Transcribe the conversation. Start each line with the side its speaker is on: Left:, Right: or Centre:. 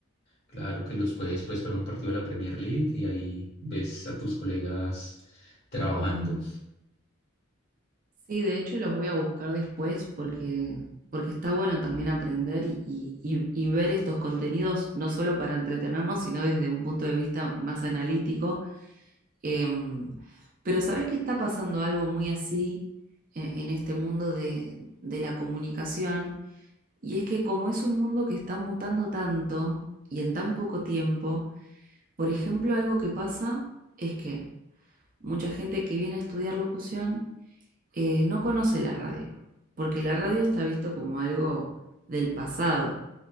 Left: claro que los puedes pues para un partido de la Premier League y ahí ves a tus colegas trabajando.
Right: Sí, de hecho los voy a buscar después porque, porque está bueno también aprender y, y- y- y ver estos contenidos no solo para entretenernos, sino desde un punto de vista más analítico. Em, pero ¿sabés que está pasando algo muy así en, en este mundo de, de la comunicación? Y es que como es un mundo que está mutando tanto y en tan poco tiempo, por ejemplo, algo que pasa es que mucha gente que viene a estudiar locución, eh, no conoce la radio, porque la radio está visto como algo del pasado.